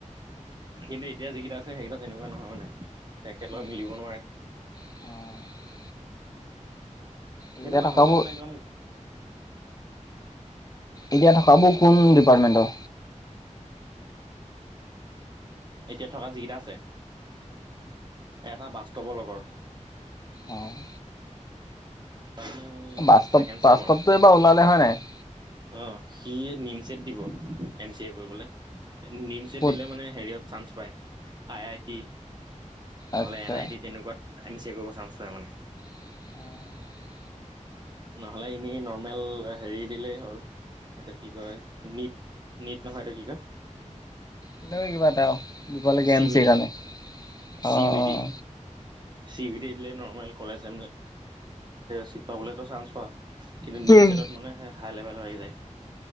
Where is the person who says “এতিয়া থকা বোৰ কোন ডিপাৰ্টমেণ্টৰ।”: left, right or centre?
Left